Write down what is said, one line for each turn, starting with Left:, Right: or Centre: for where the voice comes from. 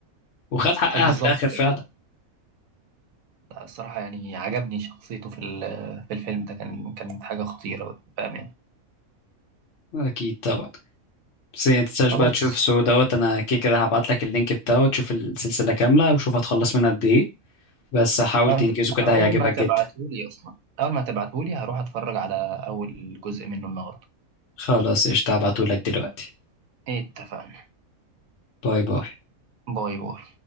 Left: وخد حقها
Right: آه، بالظبط
Left: في الآخر
Right: كده.
Left: فعلا
Right: لا الصراحة يعني عجبني شخصيته في ال- في الفيلم ده كان كانت حاجة خطيرة بأمان
Left: أكيد طبعا بس ما تنساش
Right: خلاص
Left: بقى تشوف سو دوت أنا كده كده هبعت لك اللينك بتاعه تشوف السلسلة كاملة وشوف هتخلص منها قد ايه بس حاول
Right: أنت
Left: تنجزه كده
Right: أول
Left: هيعجبك
Right: ما هتبعتهولي
Left: جدا
Right: أصلا أول ما هتبعتهولي هروح أتفرج على أول جزء منه النهاردة
Left: خلاص قشطة هبعتهولك دلوقتي
Right: اتفقنا
Left: باي باي
Right: باي باي